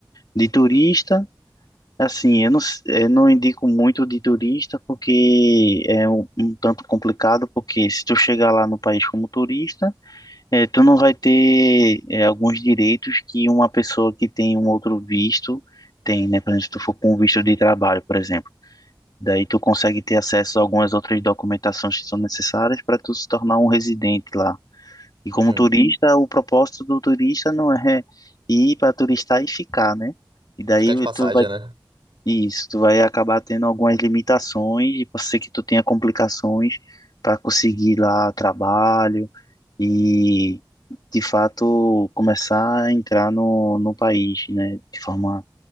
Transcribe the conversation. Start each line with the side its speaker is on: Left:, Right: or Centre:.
Left: de turista, assim, eu não, s- eu não indico muito de turista, porque é um, um tanto complicado, porque se tu chegar lá no país como turista, é, tu não vai ter é, alguns direitos que uma pessoa que tem um outro visto tem, né, por exemplo, se tu for com um visto de trabalho, por exemplo. Daí tu consegue ter acesso a algumas outras documentações que são necessárias para tu se tornar um residente lá. E como
Right: Uhum.
Left: turista, o propósito do turista não é ir para turistar e ficar, né? E daí
Right: Ficar de passagem,
Left: tu vai
Right: né?
Left: isso, tu vai acabar tendo algumas limitações e pode ser que tu tenha complicações para conseguir lá trabalho e de fato começar a entrar no, no país, né? De forma